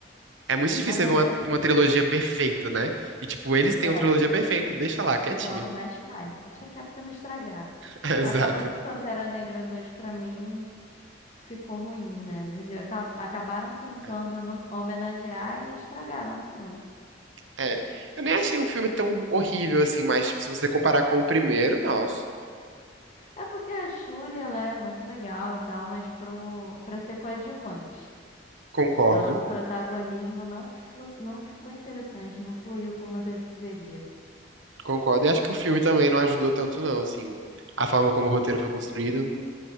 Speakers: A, on the right; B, on the left.
A: É muito difícil
B: Na verdade,
A: você ver uma, uma trilogia perfeita, né? E, tipo, eles têm
B: É.
A: uma trilogia perfeita, deixa lá, quietinha.
B: então não mexe mais. Deixa quieto pra não estragar.
A: <laughs> Exato.
B: Acaba que o Pantera Negra 2 pra mim ficou ruim, né? Eles aca- acabaram tentando
A: É.
B: no- homenagear e estragaram o filme.
A: É. Eu nem achei o filme tão horrível assim, mas, tipo, se você comparar com o primeiro, nossa,
B: É porque a Shuri, ela é muito legal e tal, mas pro para ser coadjuvante.
A: concordo.
B: Ela no protagonismo não flu- não ficou interessante, não fluiu como deveria.
A: Concordo. E acho que o filme também não ajudou tanto, não, assim. A forma como o roteiro foi construído, não